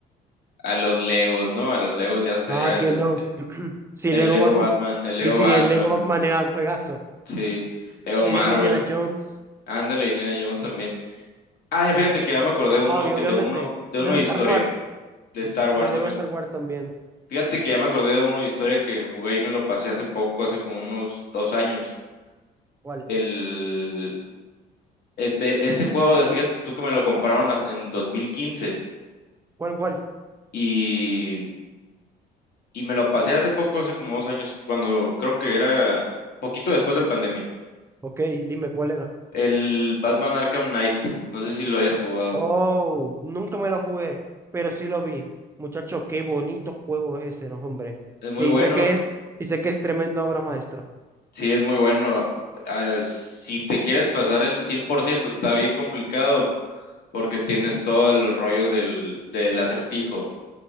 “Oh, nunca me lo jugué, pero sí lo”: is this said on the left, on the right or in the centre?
Right